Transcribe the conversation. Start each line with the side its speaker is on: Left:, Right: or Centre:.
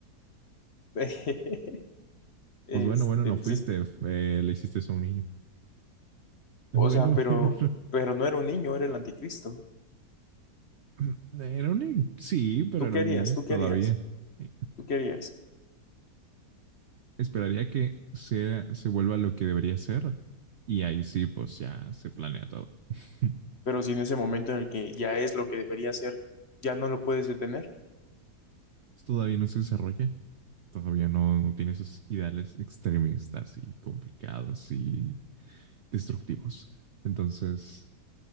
Left: <laughs> Este,
Right: Pues bueno, bueno, no
Left: pues
Right: fuiste,
Left: es
Right: eh, le hiciste eso a un niño.
Left: O
Right: <laughs> Bueno,
Left: sea, pero,
Right: bueno.
Left: pero no era un niño, era el anticristo.
Right: no. <laughs> Era un niño, sí, pero
Left: Tú
Right: era
Left: qué
Right: un
Left: harías?
Right: niño
Left: tú
Right: todavía.
Left: qué harías?
Right: <laughs>
Left: tú qué harías?
Right: Esperaría que sea, se vuelva lo que debería ser. Y ahí sí, pues ya se planea todo. <laughs>
Left: Pero si en ese momento en el que ya es lo que debería ser, ya no lo puedes detener,
Right: pues, todavía no se desarrolla. Todavía no, no tiene esos ideales extremistas y complicados y destructivos. Entonces,